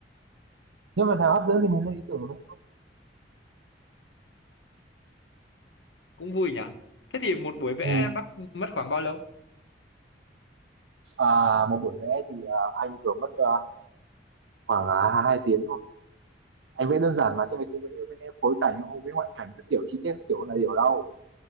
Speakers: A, on the right; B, on the left.
A: nhưng mà thằng hấp dẫn thì mình lên ý tưởng đấy
B: cũng vui nhỉ thế thì một buổi vẽ
A: ừ.
B: bác mất khoảng bao lâu
A: à, một buổi vẽ thì à, anh thường mất à, khoảng à, hai tiếng thôi anh vẽ đơn giản mà chứ anh không vẽ, vẽ phối cảnh không vẽ ngoại cảnh các kiểu chi tiết các kiểu này điều đâu